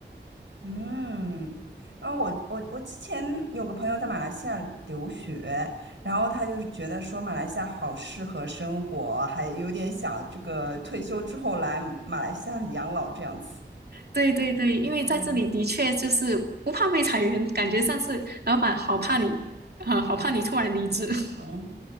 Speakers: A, on the right; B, on the right.
A: 嗯，然后我我我之前有个朋友在马来西亚留学，然后他就是觉得说马来西亚好适合生活，还有点想这个退休之后来马来西亚养老这样子。
B: 对对对，因为在这里的确就是不怕被裁员，
A: 嗯，
B: 感觉像是老板好怕你啊、好怕你突然离职。<laughs>
A: 嗯，